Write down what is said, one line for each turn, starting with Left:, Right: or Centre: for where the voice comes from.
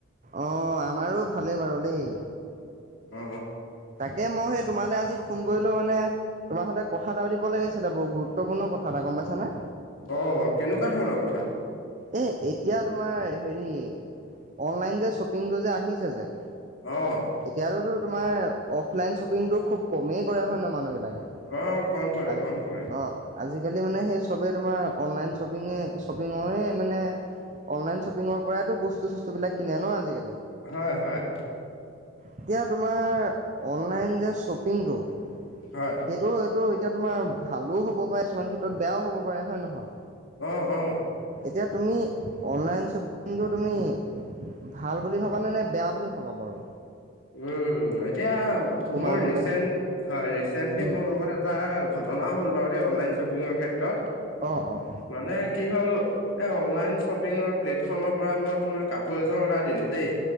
Right: অ আমাৰো ভালেই বাৰু দেই
Left: অ
Right: এ মই সেই তোমালে আজি ফোন কৰিলো মানে তোমাৰ সৈতে কথা এটা দিব লাগিছিলে বহু গুৰুত্বপূৰ্ণ কথা এটা গম পাইছা নে
Left: অ কেনেকুৱা ধৰণৰ কথা
Right: এই এতিয়া তোমাৰ হেৰি অনলাইন যে শ্বপিংটো যে আহিছে যে।
Left: অহ ',
Right: এতিয়াতোতো তোমাৰ অফলাইন শ্বপিং তটো খুব কমেই কৰা হয় ন মানুহ বিলাক।
Left: অ', কম কৰে,
Right: অ,
Left: কম কৰে,
Right: আজিকালি মানে সেই চবে তোমাৰ অনলাইন শ্বপিঙে - শ্বপিঙয়ে মানে অনলাইন শ্বপিঙৰ পৰাইো বস্তু চস্তু বিলাক কিনে ন আজিকালি।
Left: হয় - হয়।
Right: এতিয়া তোমাৰ অনলাইন যে শ্বপিংটো সেইটো
Left: হয়,
Right: এইটো। এতিয়া তোমাৰ ভালো হ'ব পাৰে কিছুমান ক্ষেত্ৰত বেয়াও হ'ব পাৰে হয় নে নহয়।
Left: উম - উম।
Right: এতিয়া তুমি অনলাইন শ্বপিংটো তুমি ভাল বুলি ভাবা নে- নে বেয়া বুলি ভাবা বাৰু।
Left: উম, এতিয়া
Right: তোমাৰ
Left: মোৰ
Right: মতে
Left: ৰিচেন্ট হয় ৰিচেন্টলি
Right: উম
Left: মোৰ লগত এটা ঘটনাও হ'ল বাৰু দেই অনলাইন শ্বপিঙৰ ক্ষেত্ৰত।
Right: অঁ অঁ
Left: মানে কি হ'ল এ অনলাইন শ্বপিঙৰ প্লেটফৰ্মৰ পৰা মই তোমাক কাপোৰ এযোৰ অৰ্ডাৰ দিলো দেই